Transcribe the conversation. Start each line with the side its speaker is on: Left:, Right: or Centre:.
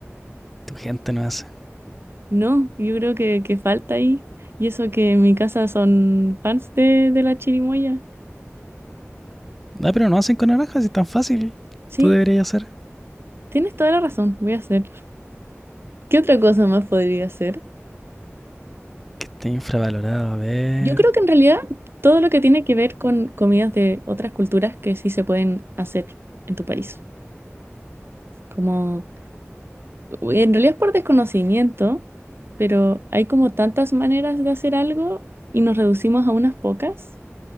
Centre: Tu gente no hace.
Right: No, yo creo que, que falta ahí. Y eso que en mi casa son fans de, de la chirimoya.
Centre: Ah, pero no hacen con naranjas, es tan fácil.
Right: Sí,
Centre: Tú deberías hacer.
Right: tienes toda la razón, voy a hacer. ¿Qué otra cosa más podría hacer?
Centre: Que esté infravalorado, a ver.
Right: Yo creo que en realidad todo lo que tiene que ver con comidas de otras culturas que sí se pueden hacer en tu país. Como Uy, En realidad es por desconocimiento, pero hay como tantas maneras de hacer algo y nos reducimos a unas pocas.